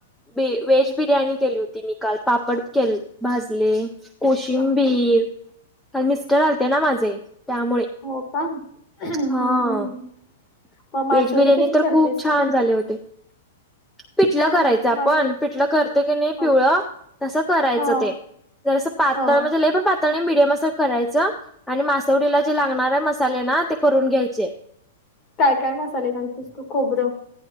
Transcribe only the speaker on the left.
आह,
हो का? हम्म
हम्म. मग मासवडी
कशी
करतेस?
होय
मासवडी.
हा
हा
हा.
हा.
काय काय मसाले घालतेस तू खोबरं